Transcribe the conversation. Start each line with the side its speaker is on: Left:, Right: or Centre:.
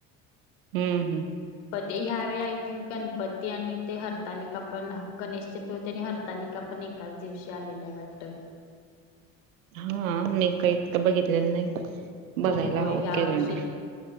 Right: हम्म हम्म
Left: ह्या वेळी आय थिंक गणपती आणि ते हरतालिका पण गणेश चतुर्थी आणि हरतालिका पण- पण एकाच दिवशी आलेला आहे वाटत.
Right: हा मी काही इतक बघितलेलं नाही बघायला
Left: होय
Right: हवं
Left: ह्या
Right: कॅलेंडर.
Left: वर्षी